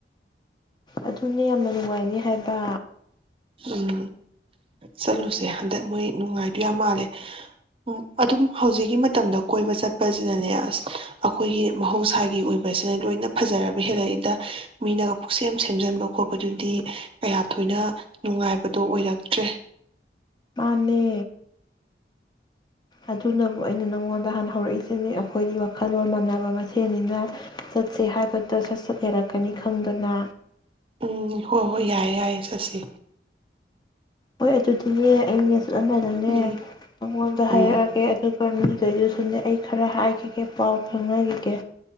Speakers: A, on the left (about 25°); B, on the right (about 30°).
A: ꯑꯗꯨꯅꯦ ꯌꯥꯝꯅ ꯅꯨꯡꯉꯥꯏꯅꯤ ꯍꯥꯏꯕ
B: ꯎꯝ ꯆꯠꯂꯨꯁꯦ ꯍꯟꯗꯛ ꯃꯣꯏ ꯅꯨꯡꯉꯥꯏꯗꯨ ꯌꯥꯝ ꯃꯥꯜꯂꯦ ꯎꯝ ꯑꯗꯨꯝ ꯍꯧꯖꯤꯛꯀꯤ ꯃꯇꯝꯗ ꯀꯣꯏꯕ ꯆꯠꯄꯁꯤꯅꯅꯦ ꯑꯁ ꯑꯩꯈꯣꯏꯒꯤ ꯃꯍꯧꯁꯥꯒꯤ ꯑꯣꯏꯕꯁꯤꯅ ꯂꯣꯏꯅ ꯐꯖꯔꯕ ꯍꯦꯜꯂꯛꯏꯗ ꯃꯤꯅꯒ ꯄꯨꯛ ꯁꯦꯝ ꯁꯦꯝꯖꯤꯟꯕ ꯈꯣꯠꯄꯗꯨꯗꯤ ꯀꯌꯥ ꯊꯣꯏꯅ ꯅꯨꯡꯉꯥꯏꯕꯗꯣ ꯑꯣꯏꯔꯛꯇ꯭ꯔꯦ
A: ꯃꯥꯅꯦ ꯑꯗꯨꯅꯕꯨ ꯑꯩꯅ ꯅꯪꯉꯣꯟꯗ ꯍꯥꯟꯅ ꯍꯧꯔꯛꯏꯁꯤꯅꯤ ꯑꯩꯈꯣꯏꯗꯤ ꯋꯥꯈꯜꯂꯣꯟ ꯃꯥꯟꯅꯕ ꯃꯁꯦꯟꯅꯤꯅ ꯆꯠꯁꯦ ꯍꯥꯏꯕꯗꯣ ꯁꯠ ꯁꯠ ꯌꯥꯔꯛꯀꯅꯤ ꯈꯪꯗꯅ
B: ꯎꯝ ꯍꯣꯏ ꯍꯣꯏ ꯌꯥꯏꯌꯦ ꯌꯥꯏꯌꯦ ꯆꯠꯁꯦ
A: ꯍꯣꯏ ꯑꯗꯨꯗꯤꯅꯦ ꯑꯩ ꯆꯠꯂꯝꯗꯥꯏꯗꯅꯦ
B: ꯎꯝ
A: ꯃꯉꯣꯟꯗ ꯍꯥꯏꯔꯛꯑꯒꯦ
B: ꯎꯝ
A: ꯑꯗꯨꯒ ꯃꯤꯈꯩꯗꯨꯁꯨꯅꯦ ꯑꯩ ꯈꯔ ꯍꯥꯏꯈꯤ ꯀꯦ ꯄꯥꯎ ꯐꯥꯎꯅꯔꯤꯒꯦ